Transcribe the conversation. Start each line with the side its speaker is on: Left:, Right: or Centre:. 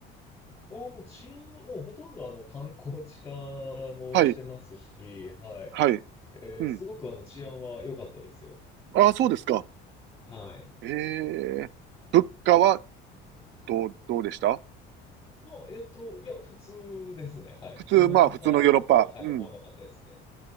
Left: ああ、もう治安は、もうほとんどあの、観光地化もしてますし、
Right: はい、
Left: はい。
Right: はい。
Left: えーすごくあの、
Right: うん。
Left: 治安は良かったですよ。
Right: ああ、そうですか。
Left: はい。
Right: ええ。物価はどう、どうでした
Left: まあ、えっと、いや、普通ですね。はい。
Right: 普通、
Left: そんな高いとかは、
Right: まあ、普通のヨーロッパ。
Left: はい、
Right: うん。
Left: 思わなかったですね。